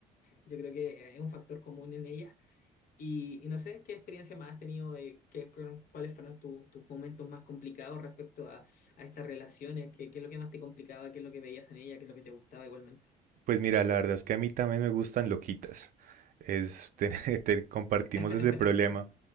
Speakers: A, on the left; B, on the right.
A: Yo creo que es un factor común en ellas y, y no sé, ¿qué experiencia más has tenido? eh, qué, cu- ¿Cuáles fueron tu- tus momentos más complicados respecto a, a estas relaciones? ¿Qué, qué es lo que más te complicaba? ¿Qué es lo que veías en ella? ¿Qué es lo que te gustaba igualmente?
B: Pues mira, la verdad es que a mí también me gustan loquitas. Es, <laughs> te- compartimos
A: <laughs>
B: ese problema.